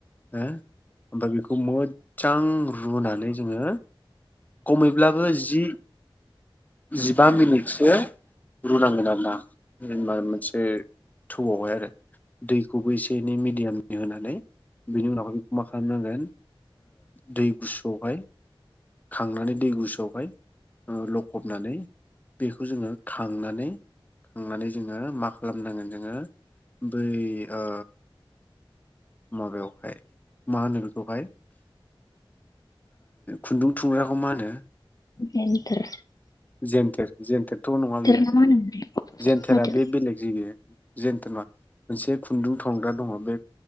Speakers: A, on the left; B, on the left.
A: ओ ओमफ्राय बेखौ मोजां रुनानै जोङो खमैब्लाबो जि जिबा मिनिटसो रुनांगोन आर ना होमबा मोनसे ओ थौआवहाय आरो दैखौबो एसे एनै मिडियामनि होनानै बिनि उनावहाय बेखौ मा खालामनांगोन दै गुसुआवहाय खांनानै दै गुसुआवहाय लखबनानै बेखौ जोङो खांनानै खांनानै जोङो मा खालामनांगोन जोङो बै ओ माबायावहाय मा होनो बेखौहाय। खुन्दुं थुंग्राखौ मा होनो। होनो।
B: जेनथेर।
A: जेन्थेर जेन्थेरथ नङा बेयो।
B: ना मा होनोमोनलाय
A: जेेनथेरा
B: माथो
A: बे बेलेग जायो। जेनथेर नङा मोनसे खुन्दुं थनग्रा दङ बे